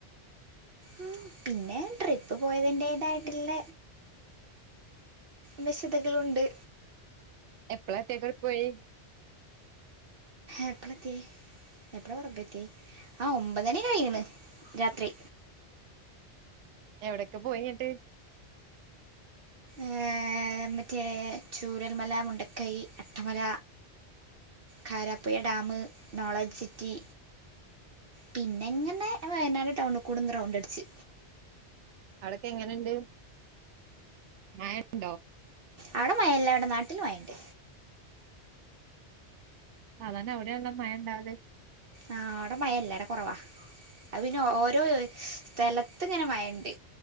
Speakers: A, on the right (about 55°); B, on the right (about 90°).
A: ഉം പിന്നെ ട്രിപ്പ് പോയതിന്റെതായിട്ട്ള്ള. വശതകളുണ്ട്.
B: എപ്പ്ളാറ്റേ ട്രിപ്പ്‌ പോയി.
A: എപ്പ്ളെത്യേ എപ്പ്ളാ <unintelligible> ആ ഒമ്പതണി കഴിഞ്ഞ്ണ് രാത്രി.
B: എവ്ടൊക്കെ പോയിങ്ങട്ട്.
A: ഏർഹ് മറ്റേ Chooralmala Mundakkai Attamala. Karapuzha dam, knowledge city. പിന്നെങ്ങനെ വയനാട് ടൗണ് കൂടെന്ന് റൗണ്ട് അട്ച്ച്.
B: അടൊക്കെ എങ്ങനെണ്ട്? മയണ്ടോ?
A: അവ്ടെ മയല്ല. ഇവടെ നാട്ട്ല് മയണ്ട്.
B: സാധാരണ അവിടെയൺല്ലോ മഴണ്ടാവല്.
A: ആഹ് അവ്ടെ മഴല്ല ആടെ കൊറവാ. അത് പിന്നെ ഓരോ സ്ഥലത്ത് ഇങ്ങനെ മഴണ്ട്.